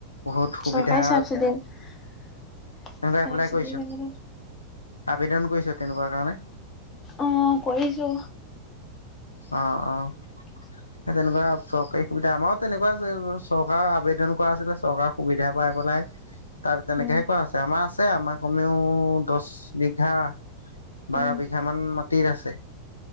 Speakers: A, on the left; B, on the left.
A: বহুত সুবিধা
B: চৰকাৰী <inaudible>
A: তেনে
B: চাবচিডি
A: এপ্লাই কৰিছ?
B: পালেতো
A: আবেদন কৰিছ, তেনেকুৱা কাৰণে?
B: অ, কৰিছো।
A: অ, অ।
B: <inaudible>
A: সে তেনেকুৱা চৰকাৰী সুবিধা আমাৰো তেনেকুৱা যে চৰকাৰৰ আবেদন কৰা আছিলে, চৰকাৰৰ সুবিধা পাই পেলাই তাৰ তেনেকেহে
B: উম,
A: কৰা আছে। আমাৰ আছে আমাৰ কমেও দচ বিঘা বাৰ
B: উম।
A: বিঘা মান মাটিত আছে।